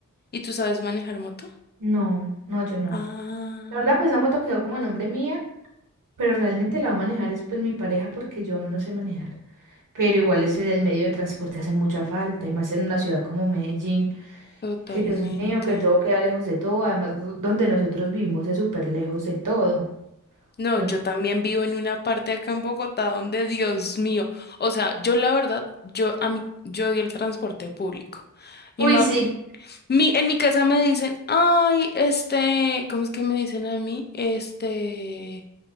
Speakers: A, on the left; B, on the right.
A: y tú sabes manejar moto?
B: No, no, yo no.
A: Ah,
B: La verdad, pues esa moto quedó como a nombre mía, pero realmente la va a manejar es pues mi pareja porque yo no sé manejar. Pero igual ese del medio de transporte hace mucha falta, y más en una ciudad como Medellín,
A: totalmente.
B: que Dios mío, que todo queda lejos de todo. Además, do- donde nosotros vivimos es súper lejos de todo.
A: No,
B: De
A: yo
B: nosotros-
A: también vivo en una parte acá en Bogotá donde, Dios mío, o sea, yo la verdad, yo a mí, yo odio el transporte público. Mi
B: Uy,
A: ma-
B: sí.
A: mi, en mi casa me dicen, ay, este, ¿cómo es que me dicen a mí? Este